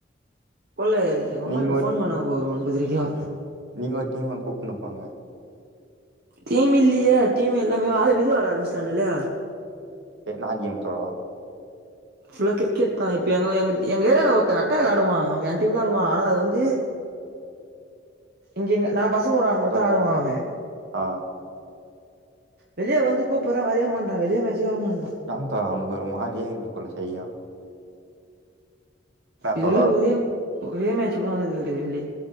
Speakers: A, on the right; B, on the right.
A: போல எங்க அம்மா
B: நீங்க
A: இப்ப
B: ஒரு
A: ஃபோன் பண்ணாங்க ஒரு ஒன்பதிரைக்கா
B: நீங்க ஒரு டீம் அங் கூப்னுபோங்க
A: டீம் இல்லையே டீம் எல்லாமே வாழ விது வாட ஆரம்பிச்சிட்டானுல்ல
B: தே நா கேம் தோ
A: ஃபுல்லா கிரிக்கெட் தா இப்ப எங்க எங்க எங்க ஏரியால ஒருத்த அட்டாக்காடுவான் அவ என் டீம் தா ஆடுவா ஆனா அது வந்து இங்கெங்க நாங் பசங்கூட ஆடு மட்டூ
B: சொல்
A: தா ஆடுவோ
B: தோழா
A: ஆங
B: ஆ
A: வெளியே வந்து கூப்புற வரையே மாட்றா வெளியே மேச்கே வர மாட்றா
B: நான் தா அவனுக்கு ஒரு மாரியா இருக்கு போல ஸைய்யா என்னா
A: இது
B: தோழா
A: வெர ஒரே ஒரே மேட்சு கூட வந்தது கெடையாது வெளியே